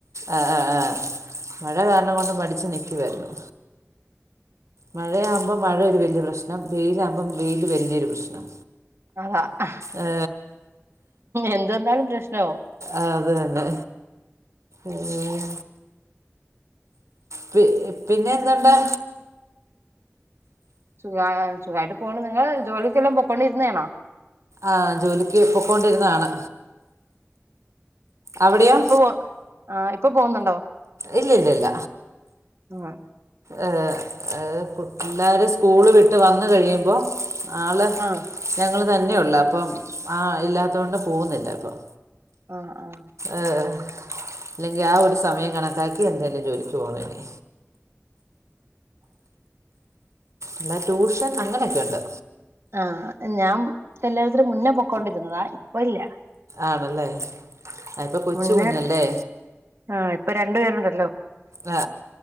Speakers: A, on the right (about 85°); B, on the right (about 55°).
A: ആഹ് ആഹ് ആഹ് മഴ കാരണം കൊണ്ട് മടിച്ച് നിക്കു വാരുന്നു. മഴയാമ്പം മഴ ഒരു വല്യ പ്രശ്നം വെയിലാമ്പം വെയില് വല്യൊരു പ്രശ്നം.
B: അതാ അഹ്
A: ആ,
B: എന്ത് വന്നാലും പ്രശ്നാവു
A: അതു തന്നെ ഏഹ് പി പിന്നെ എന്തണ്ടാ?
B: സുഗാ സുഖായിട്ട് പോണ്. നിങ്ങള് ജോലിക്കെല്ലം പൊക്കൊണ്ടിരുന്നെ ആണോ?
A: ആഹ് ജോലിക്ക് പൊക്കോണ്ടിരുന്നതാണ്. അവിടെയോ
B: ഇപ്പൊ പോ ആഹ് ഇപ്പൊ പോുന്നുണ്ടോ?
A: ഇല്ല ല്ലല്ല.
B: ആഹ്
A: ഏ ഏ കു ള്ളേർ സ്കൂള് വിട്ട് വന്ന് കഴിയുമ്പോ ആള്
B: ആഹ്
A: ഞങ്ങള് തന്നെ ഉള്ളൂ. അപ്പം ആഹ് ഇല്ലാത്തോണ്ട് പോകുന്നില്ല അപ്പം.
B: ആഹ് ആഹ്
A: ആഹ് അല്ലെങ്കി ആ ഒരു സമയം കണക്കാക്കി എന്തേലും ജോലിക്ക് പോണേയ്നി. എന്താ ട്യൂഷൻ അങ്ങനെയൊക്കെ ഉണ്ട്.
B: ആഹ് ഞാം കല്യാണത്തിന് മുന്ന പൊക്കൊണ്ടിരുന്നതാ. ഇപ്പല്ല.
A: ആണല്ലേ. ആ ഇപ്പോൾ കൊച്ചു
B: മുന്നെ
A: കുഞ്ഞല്ലേ
B: ആഹ് ഇപ്പൊ രണ്ടു പേരുണ്ടല്ലോ
A: ആ